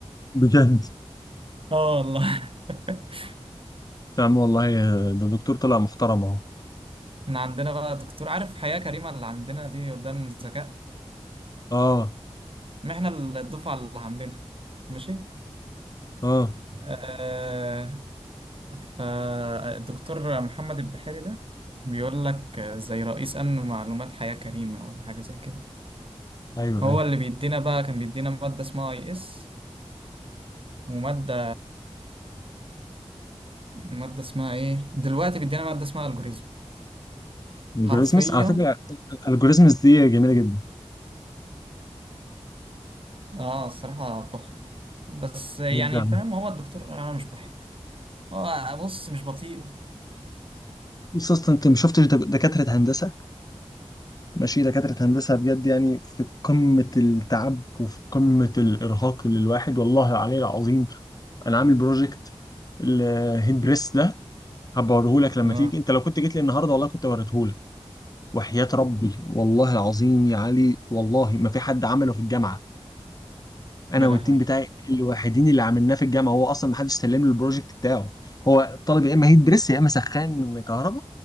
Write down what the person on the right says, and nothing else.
<laughs> اه والله <laughs>
احنا عندنا بقى دكتور عارف حياة كريمة اللي عندنا دي قدام ذكاء
ما احنا الدفعة اللي عاملينها ماشي
آه فالدكتور محمد البحيري ده بيقول لك زي رئيس أمن معلومات حياة كريمة ولا حاجة زي كده
هو
اللي بيدينا بقى كان بيدينا مادة اسمها اي اس ومادة مادة اسمها ايه دلوقتي بيدينا مادة اسمها algorithm
حرفيا
اه الصراحة تحفة بس يعني
فاهم هو الدكتور انا مش بحبه هو بص مش بطيء
اه
يا
لهوي